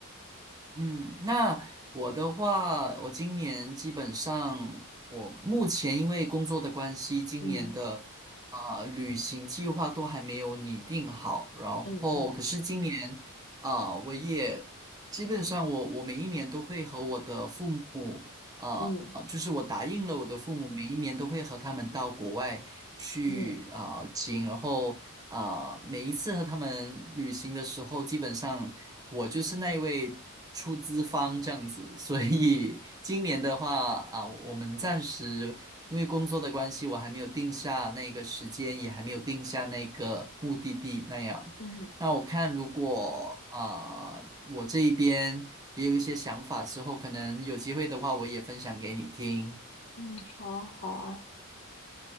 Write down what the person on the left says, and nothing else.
嗯
嗯嗯
嗯
嗯
嗯
嗯，好啊好啊，